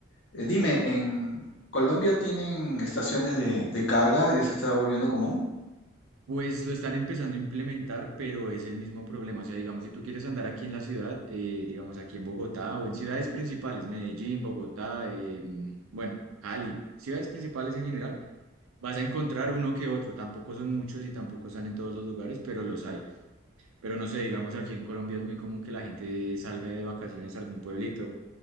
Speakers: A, on the left (about 60°); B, on the right (about 80°).
A: Eh, dime, ¿en Colombia tienen estaciones de, de carga? ¿Ya se está volviendo común?
B: Pues lo están empezando a implementar, pero es el mismo problema. O sea, digamos, si tú quieres andar aquí en la ciudad, eh, digamos aquí en Bogotá o en ciudades principales, Medellín, Bogotá, eh, mm, bueno, Cali, ciudades principales en general, vas a encontrar uno que otro. Tampoco son muchos y tampoco están en todos los lugares, pero los hay. Pero no sé, digamos, aquí en Colombia es muy común que la gente salga de vacaciones a algún pueblito.